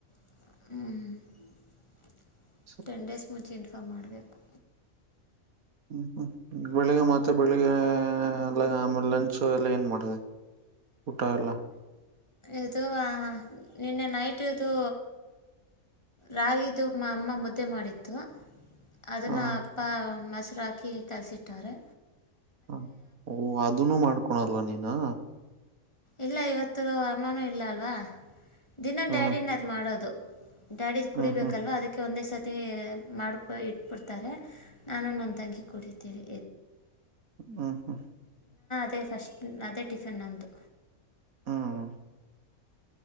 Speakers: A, on the left; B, on the right.
A: <inaudible>
B: ಸ-
A: ಟೆನ್ ಡೇಸ್ ಮುಂಚೆ ಇನ್ಫಾರ್ಮ್ ಮಾಡಬೇಕು..
B: ಹ್ಮ ಹ್ಮ ಹ್ಮ ಬೆಳಿಗ್ಗೆ ಮತ್ತೆ ಬೆಳಿಗ್ಗೆ ಎ ಆ ಮೇಲೆ ಲಂಚ್ ಎಲ್ಲ ಎನ್ನ ಮಾಡಿದೆ ಊಟ ಎಲ್ಲ
A: ಇದು ಆ ನಿನ್ನೆ ನೈಟದುು ರಾಗಿದು ಮಾ ಅಮ್ಮ ಮುದ್ದೆ ಮಾಡಿತ್ತು.. ಅದನಾ
B: ಹಾ
A: ಅಪ್ಪಾ ಮಸ್ತಿ ರಾಕಿ ಕಲಸಿಟ್ಟಾರೊ
B: ಹ ಓ ಅದನು ಮಾಡ್ಕೊಳಲ್ವಾ ನೀನು.
A: ಇಲ್ಲ ಇವತ್ತು ಅಮ್ಮನೂ ಇಲ್ಲ ಅಲ್ವಾ ದಿನ
B: ಹ್ಮ್
A: ಡ್ಯಾಡಿನ ಅದು ಮಾಡೋದು ಡ್ಯಾಡಿದ
B: ಹ್ಮ್
A: ಕುಡಿಬೇಕಲ್ವಾ
B: ಹ್ಮ್
A: ಅದಕ್ಕೆ ಒಂದೇ ಸತಿ ಮತ್ತೆ ಮಾಡಕ್ ಇಟ್ಬಿಡ್ತಾರೆ ನಾನು ನನ್ನ ತಂಗಿ ಕೊಡಿ ತಿವಿ
B: ಹ್ಮ ಹ್ಮ
A: ಮತ್ತು ಫಸ್ಟ್ ಅದೇ ಟಿಫಿನ್ ನಮ್ಮದು
B: ಹ್ಮ ಹ್ಮ